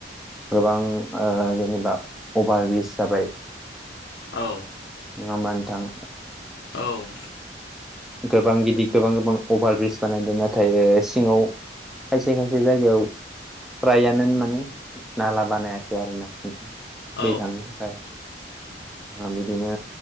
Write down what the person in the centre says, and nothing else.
गोबां जेनेबा अभार ब्रिज जाबाय।
नङा होनबा नोंथां।
गोबां गिदिर गोबां गोबां अभार ब्रिज बानायदों नाथाय सिङाव। खायसे खायसे जायगायाव फ्रायानो माने नाला बानायाखै आरो ना खथ
दै थांनो थाखाय। बिदिनो